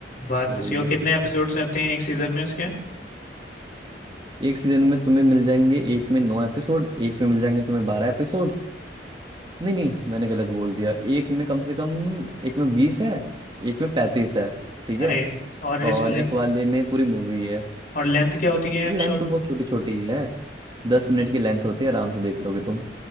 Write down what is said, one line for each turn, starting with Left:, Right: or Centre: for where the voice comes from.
Left: बात
Right: तो
Left: तो सही
Right: वही
Left: हो
Right: है
Left: कितने एपिसोड्स आते हैं एक सीजन में इसके
Right: एक सीजन में तुम्हें मिल जाएंगे एक में नौ एपिसोड एक में मिल जाएंगे तुम्हें बारह एपिसोड्स नहीं नहीं मैंने गलत बोल दिया एक में कम से कम एक में बीस है एक में पैंतीस है ठीक
Left: अरे
Right: है
Left: और इसकी
Right: और
Left: लेंथ
Right: एक वाले में पूरी मूवी है
Left: और लेंथ क्या होती है एपिसोड
Right: लेंथ तो बहुत छोटी छोटी ही है दस मिनट की लेंथ होती है आराम से देख लोगे तुम